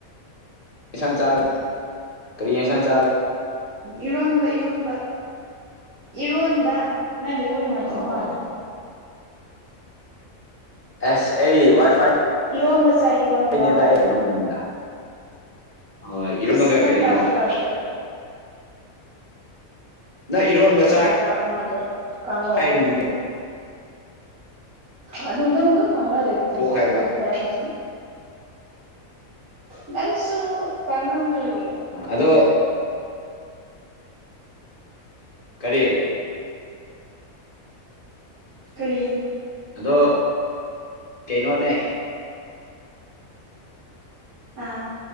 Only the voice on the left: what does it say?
ꯑꯦꯁꯥ ꯆꯥ ꯀꯔꯤ ꯑꯦꯁꯥ ꯆꯥ
ꯑꯍꯣ
ꯑꯦꯁ ꯑꯦ ꯋꯥꯏ ꯐꯥꯏ
ꯅꯦꯗꯝꯅꯤꯗ ꯑ ꯏꯔꯝꯕ
ꯀꯥ
ꯀꯔꯤꯅꯣ
ꯅꯪ ꯏꯔꯣꯟꯕ
ꯆꯥꯏ
ꯍꯥꯏꯔꯤꯗꯨꯗꯤ
ꯄꯣꯛ
ꯍꯥꯏꯕ
ꯑꯗꯣ ꯀꯔꯤ
ꯑꯗꯣ ꯀꯩꯅꯣꯅꯦ